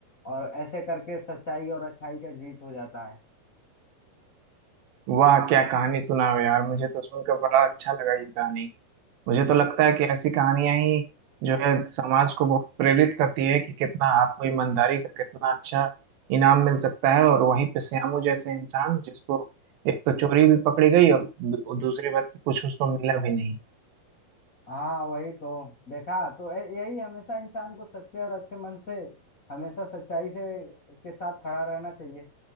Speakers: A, on the left; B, on the right.
A: और ऐसे करके सच्चाई और अच्छाई का जीत हो जाता है
B: वाह क्या कहानी सुनाओ यार मुझे तो सुनकर बड़ा अच्छा लगा ये कहानी मुझे तो लगता है कि ऐसी कहानियां ही जो है समाज को बहुत प्रेरित करती है कि कितना आपको ईमानदारी का कितना अच्छा इनाम मिल सकता है और वहीं पे श्यामू जैसे इंसान जिसको एक तो चोरी भी पकड़ी गई और दू- दूसरी बात कि कुछ उसको मिला भी नहीं
A: हाँ वही तो देखा तो य- यही हमेशा इंसान को सच्चे और अच्छे मन से हमेशा सच्चाई से के साथ खड़ा रहना चाहिए